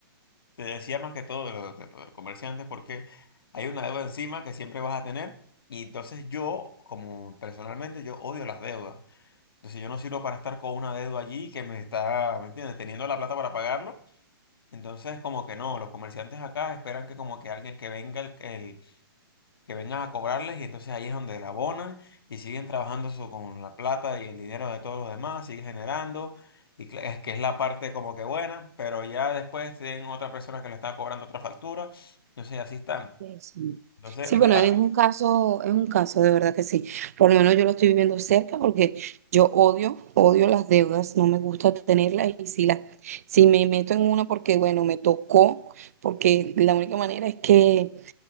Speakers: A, on the left; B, on the right.
A: te decía más que todo de los comerciantes, porque hay una deuda encima que siempre vas a tener y entonces yo, como personalmente, yo odio las deudas, entonces yo no sirvo para estar con una deuda allí que me está, ¿me entiendes?, teniendo la plata para pagarlo. Entonces, como que no, los comerciantes acá esperan que como que alguien que venga el, el que vengan a cobrarles y entonces ahí es donde la abonan y siguen trabajando eso con la plata y el dinero de todos los demás, siguen generando y cl- es que es la parte como que buena, pero ya después tienen otra persona que le está cobrando otra factura, entonces así están.
B: Sí, sí.
A: Entonces,
B: Sí,
A: o sea,
B: bueno, es un caso, es un caso, de verdad que sí. Por lo menos yo lo estoy viviendo cerca porque yo odio, odio las deudas, no me gusta tenerlas y si las, si me meto en una porque, bueno, me tocó, porque la única manera es que